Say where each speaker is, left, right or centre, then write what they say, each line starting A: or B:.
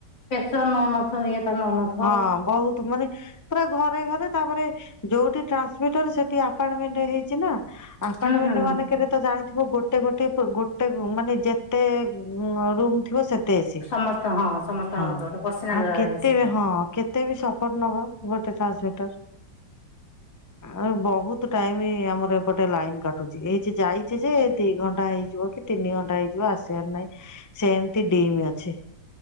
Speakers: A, on the left; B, on the left.
A: ପେସର ନଉନଥିବ ଇଏ ତ ନ ନ
B: ହଁ ବହୁତ ମାନେ ପୁରା ଘରେ ଘରେ ତାପରେ ଯୋଉଠି ଟ୍ରାନ୍ସମିଟର ସେଠି ଆପାଟମେଣ୍ଟ ହେଇଚିନା ଆପାଟମେଣ୍ଟ
A: ହୁଁ ହୁଁ।
B: ମାନେ କେତେ ତ ଜାଣିଥିବ ଗୋ ଗୋଟେ ଗୋଟେ ଗୋଟେମାନେ ଯେତେ ରୁମ ଥିବ ସେତେ ଏ
A: ସମସ୍ତେ ହଁ। ସମସ୍ତଙ୍କ
B: ହଁ
A: ଗୋଟେ ଗୋଟେ ପର୍ସନାଲ
B: ଆଉ କେତେ
A: ସେଠି ହବ।
B: ହଁ କେ କେତେବି ସପୋଟ ନବ ଗୋଟେ ଟ୍ରାନ୍ସମିଟର ଆଉ ବହୁତ କେତ ଟାଇମ ଆମର ଏପଟେ ଲାଇନ କାଟୁଛି ଏଇଚି ଯାଇଛିଯେ ଦି ଘଣ୍ଟା ହେଇଯିବ କି ତିନି ଘଣ୍ଟା ହେଇଯିବ ଆସିବାର ନାହିଁ ସେମିତି ଡିମ ଅଛି।